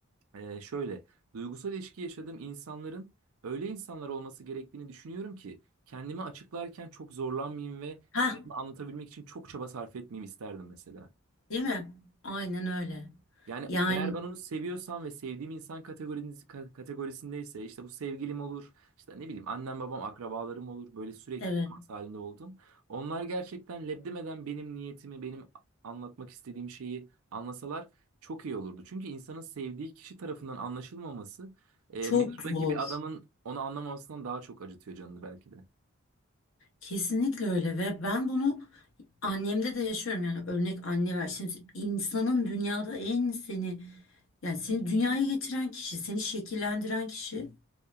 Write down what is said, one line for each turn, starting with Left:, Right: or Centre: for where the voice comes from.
Right: Ee, şöyle, duygusal ilişki yaşadığım insanların öyle insanlar olması gerektiğini düşünüyorum ki kendimi açıklarken çok zorlanmayayım ve
Left: Ha,
Right: kendimi anlatabilmek için çok çaba sarf etmeyeyim isterdim mesela.
Left: değil mi? Aynen öyle.
Right: Yani
Left: Yani.
Right: eğer ben onu seviyorsam ve sevdiğim insan kategorisi, ka- kategorisindeyse işte bu sevgilim olur, işte ne bileyim annem babam akrabalarım olur böyle sürekli
Left: Evet,
Right: temas halinde oldum. Onlar gerçekten lebdemeden benim niyetimi, benim anlatmak istediğim şeyi anlasalar çok iyi olurdu. Çünkü insanın sevdiği kişi tarafından anlaşılmaması e,
Left: çok
Right: metrodaki
Left: zor.
Right: bir adamın onu anlamamasından daha çok acıtıyor canını belki de.
Left: Kesinlikle öyle ve ben bunu annemde de yaşıyorum yani örnek anne ver. Şimdi insanın dünyada en seni yani seni dünyaya getiren kişi, seni şekillendiren kişi